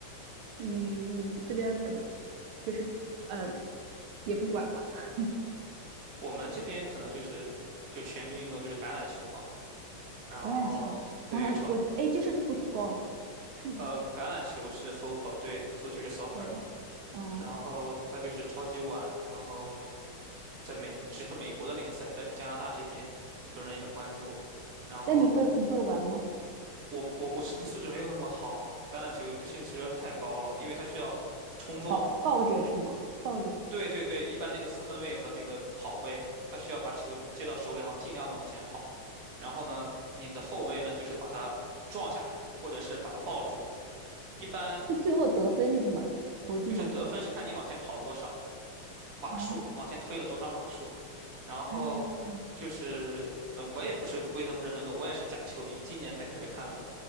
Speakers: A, on the right (about 80°); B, on the right (about 45°).
A: 嗯，这边可能就是呃，也不管吧，<laughs>
B: 我们这边可能就是就全民运动就是橄榄球嘛，然后对有超
A: 橄榄球从来我哎，就是 football 吧？是不是不对？
B: 呃橄榄球是 football，对，足球是 soccer
A: 对，
B: 嘛。
A: 嗯，
B: 然后他就是超级碗，然后在美是个美国的联赛，但是加拿大这边很多人也关注。然后
A: 但你会你会玩吗？
B: 我我我身体素质没有那么好，橄榄球对身体素质要求太高了，因为它需要冲撞。
A: 跑抱着是吗？抱着，
B: 对对对，一般那个四分卫和那个跑位，他需要把球接到手里，然后尽量的往前跑。然后呢，你的后卫呢，就是把它撞下来，或者是把它抱住。一般
A: 那最后得分是什么？投进某个
B: 就是得分是看你往前跑了多少。码数，
A: 哦，
B: 往前推了多少码数，然后就是呃，
A: 还有还对，
B: 我也不是规则不是很懂，我也是假球迷，是今年才开始看的。